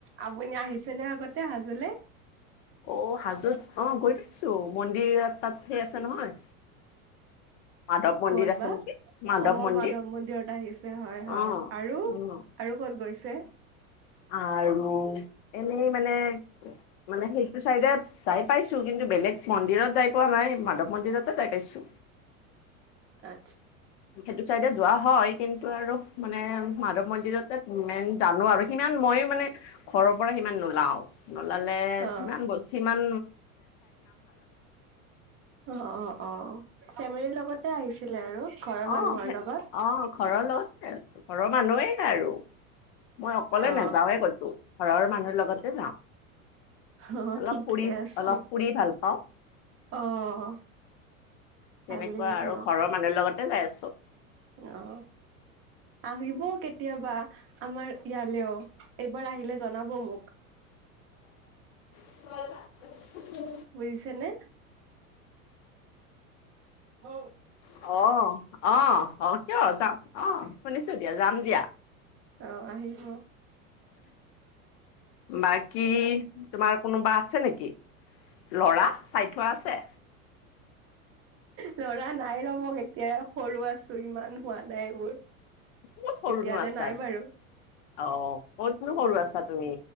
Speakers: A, on the right; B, on the left.
A: আপুনি আহিছে নে আগতে হাজলে
B: অ হাজত অ গৈ পাইছোঁ মন্দিৰ তাত সেই আছে নহয় মাধৱ মন্দিৰ
A: কত
B: আছে
A: বা
B: নেকি
A: অ
B: মন্দিৰ
A: মাধৱ মন্দিৰত আহিছে হয় হয়
B: অ
A: আৰু
B: উম
A: আৰু কত গৈছে
B: আৰু এনেই মানে মানে সেইটো চাইডে যাই পাইছো কিন্তু বেলেগ মন্দিৰত যাই পোৱা নাই মাধৱ মন্দিৰতে যাই পাইছো
A: আা
B: সেইটো চাইডে যোৱা হয় কিন্তু আৰু মানে মাধৱ মন্দিৰতে মেইন জানো আৰু সিমান ইমান মইো মানে ঘৰৰ পৰা সিমান নোলাও নোলালে
A: অ',
B: সিমান বস্তু ইিমান
A: অ অ অ ফেমিলিৰ লগতে আহিছে আছিলে আৰু ঘৰৰ
B: আহ
A: মানুহৰ লগত
B: আহ ঘৰৰ লগত ঘৰৰ মানুহেই আৰু মই অকলে
A: অ
B: নাযাওঁৱে কছো ঘৰৰ মানুহৰ লগতে যাওঁ
A: অ
B: অলপ
A: ঠিকে
B: পুৰি
A: আছে
B: অলপ পুৰি ভাল পাওঁ
A: অ ভালেই
B: তেনেকুৱা আৰু
A: দিয়ক
B: ঘৰৰ মানুহৰ লগতে যাই আছো
A: অ আহিব কেতিয়াবা আমাৰ ইয়ালৈও এইবাৰ আহিলে জনাব মোক
B: ব
A: বুজিছনেে হ
B: অ অ অ কিয় যাম অ শুনিছো দিয়া যাম দিয়া
A: অ আহিব
B: বাকী তোমাৰ কোনোবা আছে নেকি লৰা চ থোৱা আছে
A: লৰা নাই ৰমক এতিয়া সৰু আছো ইমান হোৱা নাই এইবোৰ
B: ক'ত সৰুনো
A: এতিয়াললে
B: আছা?
A: নাই বাৰু
B: অ ক'তনো সৰু আছা তুমি